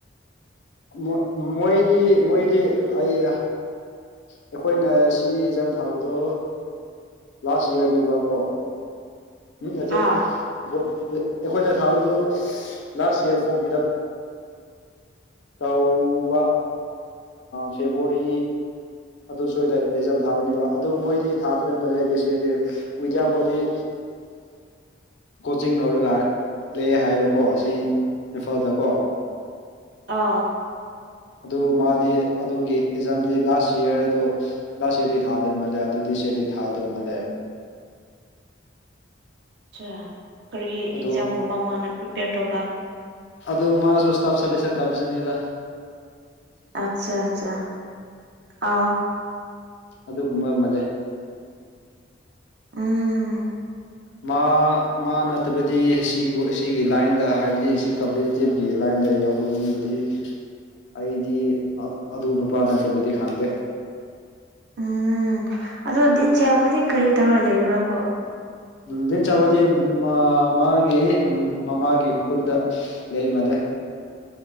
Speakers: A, on the left (about 70°); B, on the right (about 60°).
A: ꯣꯏ ꯃꯣꯏꯗꯤ ꯃꯣꯏꯗꯤ ꯑꯩ ꯑꯩꯈꯣꯏꯅ ꯁꯤꯒꯤ ꯑꯦꯟꯖꯥꯡ ꯊꯥꯕꯗꯣ ꯂꯥꯁ ꯏꯌꯥꯔꯅꯤꯕꯀꯣ ꯎꯝ ꯅꯠꯇꯦ
B: ꯑꯥ
A: ꯑꯩꯈꯣꯏ ꯑꯩꯈꯣꯏꯅ ꯊꯥꯕꯗꯨ last year form fill up ꯇꯧꯕ ꯐꯦꯕꯋꯥꯔꯤ ꯑꯗꯨ ꯁꯣꯏꯏꯗ ꯑꯦꯛꯖꯝ ꯊꯥꯕꯅꯤꯕ ꯑꯗꯨ ꯃꯣꯏꯗꯤ ꯊꯥꯗꯕ ꯃꯩꯗꯤ ꯁꯤꯗꯤ ꯋꯤꯗꯤꯌꯥ ꯕꯣꯗꯤ
B: <inaudible>
A: ꯀꯣꯆꯤꯡ ꯂꯧꯔꯒ ꯂꯩ ꯍꯥꯏꯕꯀꯣ ꯁꯤ ꯏꯝꯐꯥꯜꯗꯀꯣ
B: ꯑꯥ
A: ꯑꯗꯨ ꯃꯥꯗꯤ ꯑꯗꯨꯒꯤ ꯑꯦꯛꯖꯥꯝꯗꯤ ꯂꯥꯁ ꯌꯌꯥꯔꯗꯨ ꯂ ꯆꯦꯩ ꯊꯥꯗꯧꯃꯜꯂꯦ ꯑꯗꯨꯗꯤ ꯆꯦꯔꯤ ꯊꯥꯗꯧ ꯃꯥꯜꯂꯦ
B: ꯑꯆꯥ ꯀꯔꯤ
A: ꯑꯗꯨ
B: ꯑꯦꯛꯖꯥꯝ ꯑꯃ ꯃꯥꯅ ꯄ꯭ꯔꯤꯄꯦꯌꯔ ꯇꯧꯕ
A: ꯑꯗꯨ ꯃꯥꯁꯨ ꯏꯁꯇꯥꯞ ꯁꯖꯦꯁꯟ ꯀꯃꯤꯁꯟꯅꯤꯗ
B: ꯑꯆꯥ ꯑꯆꯥ ꯑ
A: ꯑꯗꯨꯒꯨꯝꯕ ꯑꯃꯜꯂꯦ
B: ꯎꯝ
A: ꯃꯥ ꯃꯥ ꯅꯠꯇꯕꯗꯤ ꯁꯤ ꯑꯁꯤꯒꯤ ꯂꯥꯏꯟꯗ ꯍꯥꯏꯕꯗꯤ ꯁꯤ ꯀꯝ ꯏꯁꯇꯦꯞꯀꯤ ꯂꯥꯏꯟꯗ ꯌꯥꯎꯕ ꯃꯤꯕꯨꯗꯤ ꯑꯩꯗꯤ ꯑꯗꯨ ꯅꯨꯄꯥ ꯅꯠꯇꯕꯗꯤ ꯈꯪꯗꯦ
B: ꯎꯝ ꯑꯗꯣ ꯗꯤꯟ ꯆꯌꯥꯕꯨꯗꯤ ꯀꯔꯤ ꯇꯧꯔ ꯂꯩꯕ꯭ꯔꯥ ꯀꯣ
A: ꯊꯤꯟ ꯆꯥꯕꯗꯤ ꯃꯥ ꯃꯥꯒꯤ ꯃꯃꯥꯒꯤ ꯈꯨꯟꯗ ꯂꯩ ꯃꯗꯦ